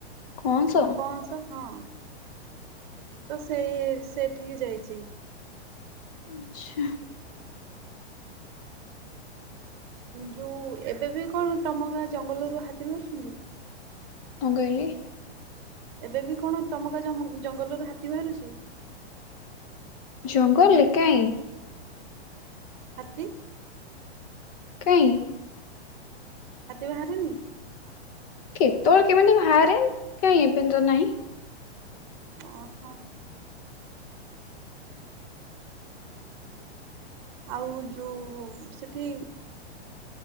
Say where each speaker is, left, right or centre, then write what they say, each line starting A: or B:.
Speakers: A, on the left; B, on the right.
A: କଣ ସ
B: କଅସ ହଁ। ତ ସେଇ ସେଠିକି ଯାଇଚି।
A: ଆଚ୍ଛା।
B: ଯୋଉ ଏବେ ବି କଣ ଟମକା ଜଙ୍ଗଲରୁ ହାତୀ ବାହାରୁଛନ୍ତି?
A: କଣ କହିଲେ?
B: ଏବେ ବି କଣ ଟମକା ଜମ-ଜଙ୍ଗଲରୁ ହାତୀ ବାହାରୁଛି?
A: ଜଙ୍ଗଲରେ କାଇଁ?
B: ହାତୀ?
A: କାଇଁ?
B: ହାତୀ ବାହାରେନି?
A: କେତଳେ କେମିତି ବାହାରେ କାଇଁ ଏବେ ତ ନାହିଁ।
B: ଓହୋ। ଆଉ ଯୋଉ ସେଠି